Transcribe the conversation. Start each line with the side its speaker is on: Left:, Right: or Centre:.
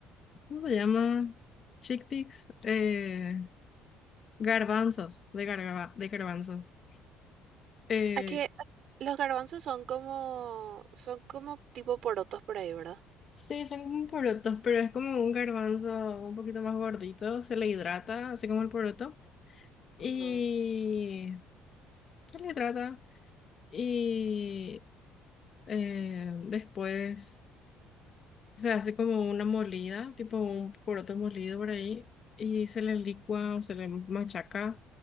Left: ¿cómo se llama? Chickpeas, eh, garbanzos, de, garba- de garbanzos. Eh,
Right: ¿A qué? a- Los garbanzos son como, son como tipo porotos por ahí, ¿verdad?
Left: Sí, son como porotos, pero es como un garbanzo un poquito más gordito, se le hidrata, así como el poroto, y
Right: Ujú,
Left: se le hidrata y eh, después Se hace como una molida, tipo un poroto molido por ahí, y se le licua o se le machaca,